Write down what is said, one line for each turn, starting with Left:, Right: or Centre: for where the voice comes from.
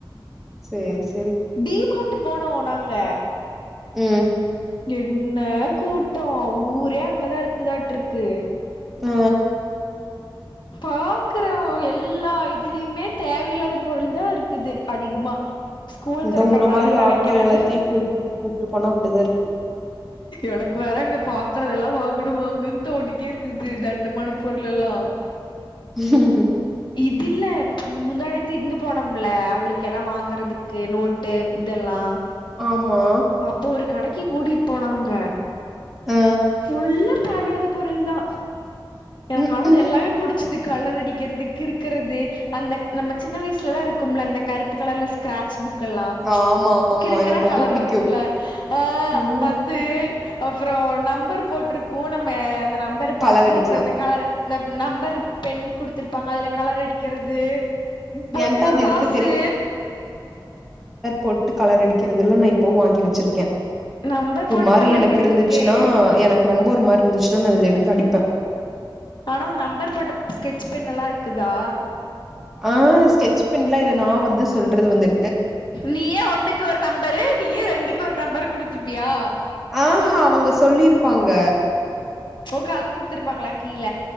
Centre: சேரி சரி
Left: டி மார்ட் போனோ நாங்க
Centre: ம்
Left: என்ன கூட்டோ ஊரே அங்கதா இருக்குதாட்ருக்கு
Centre: ஓ
Left: பாக்குறவ எல்லா இதுலியுமே தேவயில்லாத பொருள் தா இருக்குது அதிகமா ஸ்கூல்
Centre: இந்த
Left: தெறக்கர்னால
Centre: உன்ன மாரி
Left: நெனைக்கிறே
Centre: ஆட்கள் எல்லாத்தையு கூப்ட்டு கூப்ட்டு போனா அப்டிதா இருக்கு
Left: எனக்கு வேற அங்க பாக்கறதெல்லா வாங்கணு வாங்கணுன் தோனிட்டே இருக்குது தண்டமான பொருள் எல்லா
Centre: ம்
Left: இதுல்ல முந்தாணேத்து இங்க போனோம்ல அவுளுக்கு எல்லா வாங்கறதுக்கு நோட்டு இதெல்லா
Centre: ஆமா
Left: அப்போ ஒரு கடைக்கு கூட்டிட் போனாங்க
Centre: ஆ
Left: ஃபுல்லா தேவையான பொருள் தா எனக்கான
Centre: ம்
Left: அது
Centre: ம்
Left: எல்லாமே புடிச்சுது கலர் அடிக்கிறது கிருக்குறது அந்த நம்ம சின்ன வய்சுல எல்லா இருக்கும்ல அந்த கருப்பு கலர்ல ஸ்கிராட்ச் புக் கல்லா
Centre: ஆமா ஆமா
Left: கிருக்குனா
Centre: எனக்கு ரொம்ப
Left: கலர்
Centre: புடிக்கு
Left: வரும்லா ஆ
Centre: ம்
Left: அந் து அப்றோ நம்பர் போட்ருக்கோ நம்ம அந்த நம்பரு
Centre: கலர்
Left: பாத்து
Centre: அடிக்கலா
Left: அந்த கலரு இந்த நம்பரு பென்னு குடுத்துருப்பாங்க அதுல கலர் அடிக்கிறது பொம்ம
Centre: என்ட்ட அது
Left: காசு
Centre: இருக்கு பொட்டு கலர் அடிக்கிறதல்லா நா இப்பவு வாங்கி வெச்ருக்கே
Left: நம்பர்
Centre: ஒரு
Left: போட்டு
Centre: மாரி
Left: கலர் அடிக்கிறது
Centre: எனக்கு இருந்துச்சுன்னா
Left: இருக்கு
Centre: எனக்கு ரொம்ப ஒரு மாரி இருந்துச்சுன்னா நா அத எடுத்து அடிப்பே
Left: ஆனா அந்த நம்பர் போட்ட ஸ்கெட்ச் பென் எல்லாருக்குதா
Centre: ஆ ஸ்கெச் பென்லா இல்ல நா வந்து சொல்றது வந்து
Left: நீயே ஒண்ணுக்கு ஒரு நம்பரு நீயே ரெண்டுக்கு ஒரு நம்பரு குடுத்துப்பியா
Centre: ஆ ஹா அவங்க சொல்லிருப்பாங்க
Left: ஓ கலரு குடுத்துருப்பாங்ளா கீழ